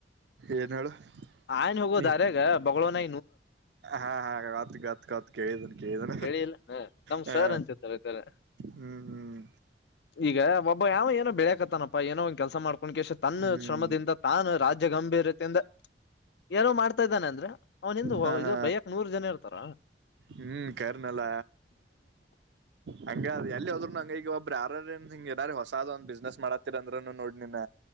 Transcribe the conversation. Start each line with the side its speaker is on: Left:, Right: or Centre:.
Right: ಏನ್ ಹೇಳು
Left: ಆಯ್ನ್ ಹೋಗೋದಾರೆಯಗ
Right: ನೀ.
Left: ಬೋನ
Right: ಹಾ ಹಾ ಕತ್ತ್ ಕತ್ ಕೇಳಿದನೆ ಕೇಳಿದನೆ
Left: ಕೇಳಿ ಇಲ್ಲ ಹ ನಮ್
Right: ಹಾ
Left: ಸರ್ ಅಂತಿರ್ತಾರೆ
Right: ಹ್ಮ್ ಹ್ಮ್
Left: ಈಗ ಒಬ್ಬ ಯಾವ ಏನೋ ಬೆಳೆಯಕತ್ತನಪ್ಪಾ ಏನೋ ಒಂದ ಕೆಲಸ ಮಾಡ್ಕ ಕುಣಕೇಶ ತನ್ನ
Right: ಹ್ಮ್
Left: ಶ್ರಮದಿಂದ ತಾನು ರಾಜ್ಯ ಗಂಭೀರತೆಯಿಂದ ಏನೋ ಮಾಡ್ತಾ ಇದ್ದಾನೆ ಅಂದ್ರೆ ಅವನ ನಿಂದು
Right: ಹ
Left: ಇದು
Right: ಹ
Left: ಬಯಕ್ ನೂರು ಜನ ಇರ್ತಾರ
Right: ಹ್ಮ್ ಕರ್ನಲ್ಲ ಹಂಗ ಅ ಎಲ್ಲಿ ಹೋದ್ರುೂ ನಂಗ ಈಗ ಒಬ್ಬ ಬಿ ಯಾರ ಹಂಗಗೆಏರ ಹೊಸಾದ್ ಒಂದ ಬಿಸ್ನೆಸ್ ಮಾಡತ್ತೀರ ಅಂದ್ರನು ನೋಡ್ ನೀನ